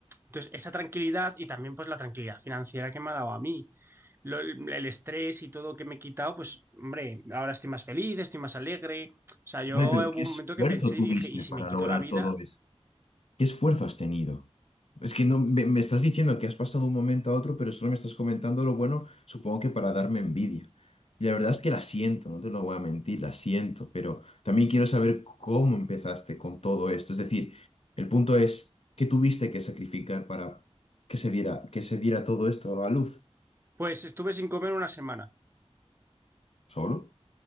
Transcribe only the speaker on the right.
Entonces, esa tranquilidad y también pues la tranquilidad financiera que me ha dado a mí, Lo- el, el estrés y todo que me he quitado, pues hombre, ahora estoy más feliz, estoy más alegre. O sea, yo
hubo
un
momento que pensé
y dije, ¿y si
me quito
la vida?
Pues estuve sin comer una semana,